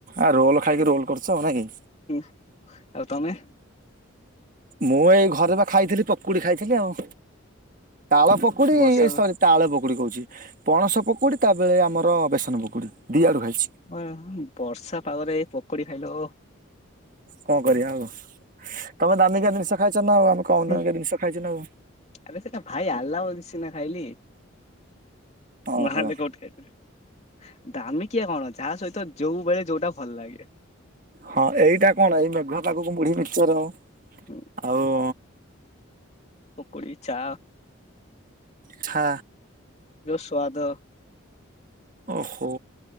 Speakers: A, on the right; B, on the left.
A: ଆ, ରୋଲ ଖାଇକି ରୋଲ କରୁଛ ନାଇ।
B: ହୁଁ, ଆଉ ତୋମେ?
A: ମୁଁ ଏଇ ଘରେ ପା ଖାଇଥିଲି ପକୁଡ଼ି ଖାଇଥିଲି ଆଉ। ତାଳ ପକୁଡି
B: ବର୍ଷା
A: ଏ ସରି ତାଳ ପକୁଡି କହୁଛି। ପଣସ ପକୁଡ଼ି ତା ବେଳେ ଆମର ବେସନ ପକୁଡ଼ି ଦି ଆଡ଼ୁ ଖାଇଛି।
B: ଅଏ ହଁ ବର୍ଷା ପାାଗରେ ଏ ପକୁଡି ଖାଇଲ।
A: କଣ କରିବା ଆଉ ତୋମେ ଦାମିକିଆ ଜିନିଷ ଖାଇଛ ନା ଆଉ ଆମେ କମ
B: ହୁଁ,
A: ଦାମିକା ଜିନିଷ ଖାଇଛୁ ନା ଆଉ
B: ଆରେ ସେଟା ଭାଇ ଆଲା ବୋଲି ସିନା ଖାଇଲି। ନହେଲେ
A: ଓହୋ।
B: କୋଉଠି ଖାଇଥିଲି? ଦାମିକିଆ କଣ ଯାହା ସହିତ ଯୋଉ ବେଳେ ଯୋଉଟା ଭଲ ଲାଗେ।
A: ହଁ ଏଇଟା କଣ? ଏଇ ମେଘୁଆ ପାଖକୁ ମୁଢୀ ମିକ୍ସଚର
B: ହୁଁ
A: ଆ ଆଉ
B: ପକୁଡି ଚା
A: ଛା
B: ଯଉ ସ୍ଵାଦ।
A: ଓହୋ,